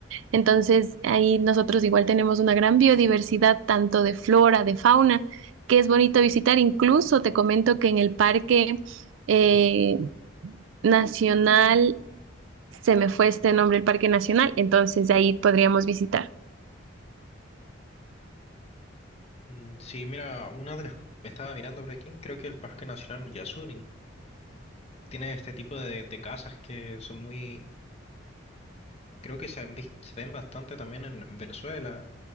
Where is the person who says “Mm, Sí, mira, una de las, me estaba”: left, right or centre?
Left